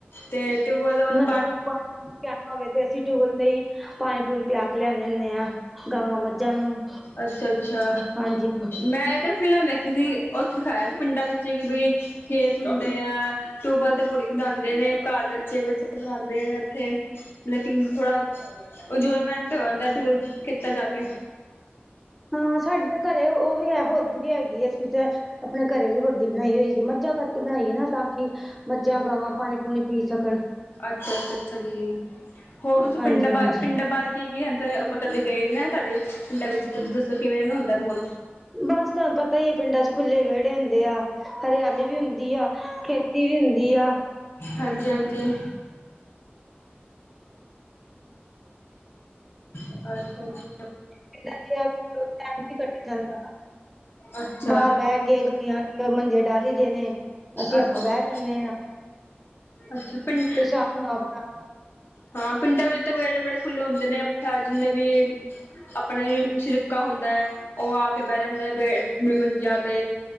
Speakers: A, on the left; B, in the centre.
A: ਤੇ ਟਿਊਬਵੈਲ ਦਾ ਮਤਲਬ
B: ਮੱਝਾਂ ਨੂੰ ਪਾਣੀ ਪਿਆਣਾ ਹੋਵੇ ਤੇ ਅਸੀਂ ਟੂਵਲ ਤੇ ਹੀ ਪਾਣੀ ਪੂਣੀ ਪਿਆ ਕੇ ਲਿਆਉਂਦੇ ਹੁੰਦੇ ਆਂ ਗਾਵਾਂ ਮੱਝਾਂ ਨੂੰ
A: ਅੱਛਾ, ਅੱਛਾ
B: ਹਾਂਜੀ
A: ਮੈਂ ਇੱਕ ਫਿਲਮ ਦੇਖੀ ਸੀ। ਉਹਦੇ ਦਿਖਾਇਆ ਸੀ ਪਿੰਡਾਂ ਵਿੱਚ ਕਿ ਬਈ ਖੇਤ ਹੁੰਦੇ ਆ। ਟਿਊਬਵੈਲ ਤੇ ਕੁੜੀ ਬਣਾਉਂਦੇ ਨੇ ਘਰ ਦੇ ਬੱਚੇ, ਬੱਚੇ ਬਣਾਉਂਦੇ ਨੇ ਇੱਥੇ ਲੇਕਿਨ ਥੋੜਾ ਇੰਜੋਏਮੈਂਟ ਹੋ ਜਾਂਦਾ ਟੂਰ ਕੀਤਾ ਜਾ ਕੇ
B: ਹਾਂ ਸਾਡੇ ਘਰੇ ਉਹ ਵੀ ਹੈ ਹੋਦੀ ਵੀ ਹੈਗੀ ਅਸੀਂ ਤੇ ਆਪਣੇ ਘਰੇ ਵੀ ਹੋਦੀ ਬਣਾਈ ਹੋਈ ਆ ਮੱਝਾਂ ਕਰਕੇ ਬਣਾਈ ਨਾ। ਤਾਂ ਕਿ ਮੱਝਾਂ ਗਾਵਾਂ ਪਾਣੀ ਪੂਣੀ ਪੀ ਸਕਣ।
A: ਅੱਛਾ ਅੱਛਾ ਅੱਛਾ ਜੀ ਹੋਰ ਤੁਸੀਂ
B: ਹਾਂਜੀ
A: ਪਿੰਡਾਂ
B: ਹਾਂਜੀ
A: ਬਾਰੇ ਪਿੰਡਾਂ ਬਾਰੇ ਕੀ ਕੀ ਹ ਆਪਾਂ ਕਦੇ ਗਏ ਨ ਨਾ। ਤੁਹਾਡੇ ਪਿੰਡਾਂ ਵਿੱਚ ਤੁਸੀਂ ਦੱਸੋ ਕਿਵੇਂਗਾ ਹੁੰਦਾ ਮਾਹੌਲ?
B: ਬਸ ਤੁਹਾਨੂੰ ਪਤਾ ਹੀ ਆ ਪਿੰਡਾਂ ਚ ਖੁੱਲੇ ਵਿਹੜੇ ਹੁੰਦੇ ਆ ਹਰਿਆਲੀ ਵੀ ਹੁੰਦੀ ਆ। ਖੇਤੀ ਵੀ ਹੁੰਦੀ ਆ।
A: ਹਾਂਜੀ, ਹਾਂਜੀ। ਅ <unintelligible> ਅੱਛਾ ਅੱਛਾ
B: ਪਿੰਡਾਂ ਵਿੱਚ ਟਾਈਮ ਨਹੀਂ ਕੱਟਿਆ ਜਾਂਦਾ ਵਾ
A: ਅੱਛਾ ਅੱਛਾ
B: ਬਾਹਰ ਬਹਿ ਕੇ ਗਡੀਆਂ ਮੰਜੇ ਡਾ ਲਈ ਦੇ ਨੇ। ਅਸੀਂ
A: ਅੱਛਾ
B: ਆਪਾਂ ਬਹਿ ਜਾਂਣੇ ਹਾਂ
A: ਅੱਛਾ ਪਿੰਡ
B: ਤੇ ਸ਼ਾਮ ਨੂੰ ਆਪਣਾ
A: ਹਾਂ ਪਿੰਡਾਂ ਵਿੱਚ ਤਾਂ ਵਿਹੜੇੇ, ਵਿਹੜੇ ਖੁੱਲੇ ਹੁੰਦੇ ਨੇ ਜਿੰਨੇ ਵੀ ਆਪਣੇ ਸਿਰਕਾ ਹੁੰਦਾ ਹੈ ਉਹ ਆ ਕੇ ਬਹਿ ਜਾਂਦਾ ਹੈ ਬੇ ਮੰਜਿਆ ਤੇ